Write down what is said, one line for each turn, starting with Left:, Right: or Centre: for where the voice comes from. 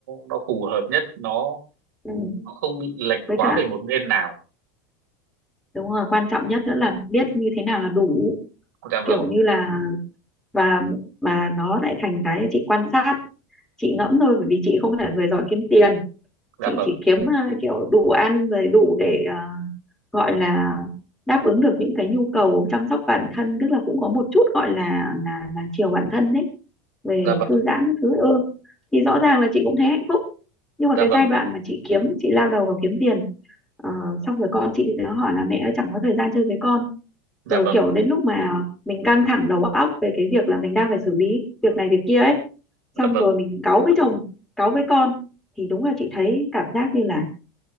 Right: nó phù hợp nhất nó
Centre: ừ
Right: nó không bị lệch
Centre: với
Right: quá
Centre: cả
Right: về một bên nào
Centre: đúng rồi quan trọng nhất nữa là biết như thế nào là đủ
Right: dạ vâng
Centre: kiểu như là và mà nó lại thành cái chị quan sát chị ngẫm thôi bởi vì chị không phải là người giỏi kiếm tiền
Right: dạ
Centre: chị
Right: vâng
Centre: chỉ kiếm à, kiểu đủ ăn rồi đủ để à, gọi là đáp ứng được những cái nhu cầu chăm sóc bản thân tức là cũng có một chút gọi là là là chiều bản thân đấy về
Right: dạ vâng
Centre: thư giãn các thứ ừ thì rõ ràng là chị cũng thấy hạnh phúc nhưng mà
Right: dạ
Centre: cái
Right: vâng
Centre: giai đoạn mà chị kiếm chị lao đầu vào kiếm tiền ờ, xong rồi con chị nó hỏi là mẹ ơi chẳng có thời gian chơi với con
Right: dạ
Centre: rồi
Right: vâng
Centre: kiểu đến lúc mà mình căng thẳng đầu óc về cái việc là mình đang phải xử lý việc này việc kia ấy
Right: dạ
Centre: xong
Right: vâng
Centre: rồi mình cáu với chồng cáu với con thì đúng là chị thấy cảm giác như là